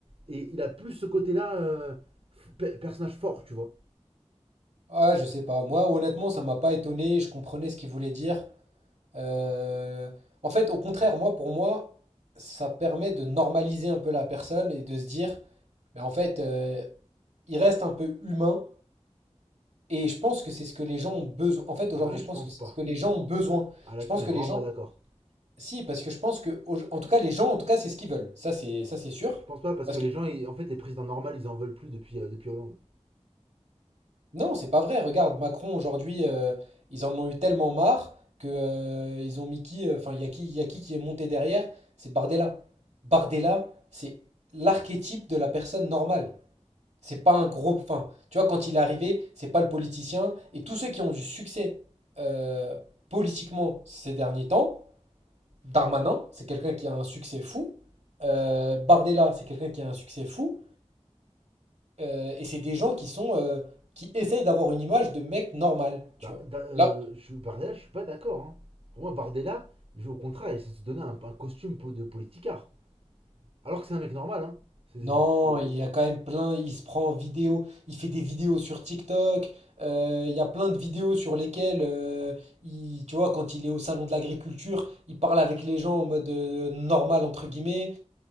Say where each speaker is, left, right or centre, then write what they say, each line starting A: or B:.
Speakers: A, on the right; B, on the right.
A: Et il a plus ce côté-là, euh, personnage fort, tu vois.
B: Ah, je sais pas. Moi, honnêtement, ça m'a pas étonné. Je comprenais ce qu'il voulait dire. Euh, en fait, au contraire, moi, pour moi, ça permet de normaliser un peu la personne et de se dire, mais en fait, euh, il reste un peu humain. Et je pense que c'est ce que les gens ont besoin. En fait,
A: Ah,
B: aujourd'hui,
A: je
B: je pense
A: pense
B: que c'est
A: pas.
B: ce que les gens ont besoin.
A: Ah là-dessus,
B: Je pense
A: on
B: que
A: est vraiment
B: les gens,
A: pas d'accord.
B: si, parce que je pense que, au- en tout cas, les gens, en tout cas, c'est ce qu'ils veulent. Ça, c'est, ça, c'est sûr.
A: Je pense pas parce
B: Parce
A: que les
B: que
A: gens, ils- en fait, les présidents normaux, ils en veulent plus depuis, euh, depuis Hollande.
B: non, c'est pas vrai. Regarde, Macron aujourd'hui, euh, ils en ont eu tellement marre que euh, ils ont mis qui, euh, enfin, il y a qui, il y a qui qui est monté derrière? C'est Bardella. Bardella, c'est l'archétype de la personne normale. C'est pas un gros. Enfin, tu vois, quand il est arrivé, c'est pas le politicien. Et tous ceux qui ont du succès euh, politiquement ces derniers temps, Darmanin, c'est quelqu'un qui a un succès fou. euh, Bardella, c'est quelqu'un qui a un succès fou. euh, et c'est des gens qui sont. euh, qui essayent d'avoir une image de mec normal, tu
A: Bah,
B: vois.
A: da- euh,
B: Là,
A: je, suis- Bardella, je suis pas d'accord. hein. Pour moi, Bardella, il veut au contraire, il s'est se donner un, un costume po- de politicard. Alors que c'est un mec normal. Hein. C'est-
B: Non,
A: c'est-
B: il y a quand même plein, il se prend en vidéo, il fait des vidéos sur TikTok, euh, il y a plein de vidéos sur lesquelles, euh, il, tu vois, quand il est au salon de l'agriculture, il parle avec les gens en mode euh, normal, entre guillemets,